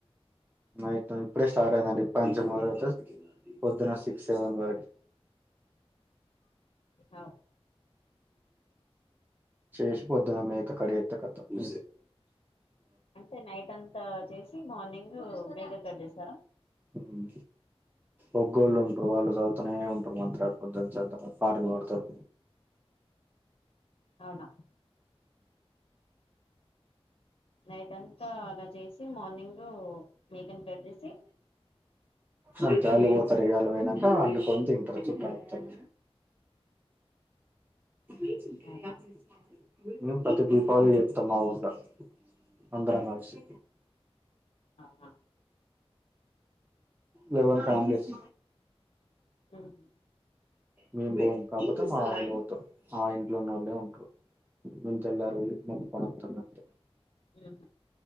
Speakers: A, on the right; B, on the left.
A: నైట్ ఇప్పుడే స్టార్ట్ అయిందండి ఇప్పన్నుంచి మొదల్డితే పొద్దున సిక్స్ సెవన్ వరకి
B: ఆవ్
A: చేసిపోద్దున మేక కడిగేత్తే కతమ్
B: అంటే నైట్ అంతా చేసి మార్నింగ్ మేక కట్ చేస్తారా
A: హుమ్ ఒగ్గోలులుంటారు వాళ్ళు చదుతనే ఉంటారు మంత్రాలు పొద్దన్చంత పాటలు పాడతారు.
B: అవునా నైటన్తా అలా చేసి మార్నింగు మేకని పెట్టేసి.
A: ఆళ్ళు చాలి పోతారు ఇగాళ్లు పోయినాకా అండుకొని తింటారు చుట్టాలోత్తరు.
B: <inaudible>
A: ించ
B: అవునా
A: అ వి <inaudible> మేం ప్రతి దీపావలి జేత్తం మా ఊర్లో అందరం కల్సి.
B: అహా
A: లెవెన్ కామ్లెస్స్
B: ఉహూ
A: మేం బం కతక, మా ఒళ్ళు పోతురు ఆ ఇంట్లో ఉన్నోళ్లే ఉంటారు. మేం తెల్లారిపోయి మొక్కుకొనోత్తం గంతే
B: ఉహు